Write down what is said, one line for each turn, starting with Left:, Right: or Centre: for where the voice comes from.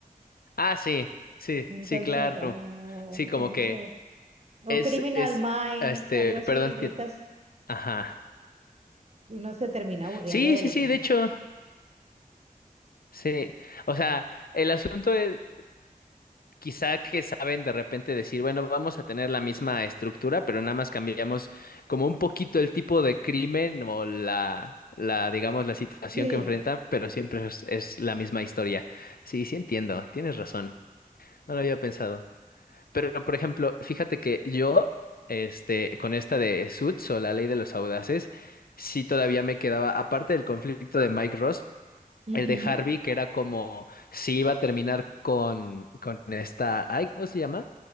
Left: Ah, sí, sí,
Right: Entonces,
Left: sí, claro.
Right: ah,
Left: Sí, como
Right: uno
Left: que
Right: se... O
Left: es,
Right: Criminal
Left: es,
Right: Minds,
Left: este,
Right: algo así,
Left: perdón que
Right: estas,
Left: Ajá.
Right: uno se termina aburriendo
Left: Sí,
Right: de
Left: sí,
Right: lo
Left: sí,
Right: mismo.
Left: de hecho, sí. O sea, el asunto es quizá que saben de repente decir, bueno, vamos a tener la misma estructura, pero nada más cambiamos como un poquito el tipo de crimen o la, la, digamos, la situación
Right: Sí,
Left: que enfrentan, pero siempre es, es la misma historia. Sí, sí entiendo, tienes razón. No lo había pensado. Pero, por ejemplo, fíjate que yo, este, con esta de Suits o la ley de los audaces, sí todavía me quedaba, aparte del conflicto de Mike Ross, El
Right: sí.
Left: de Harvey, que era como si iba a terminar con, con esta, ay, ¿cómo se llama?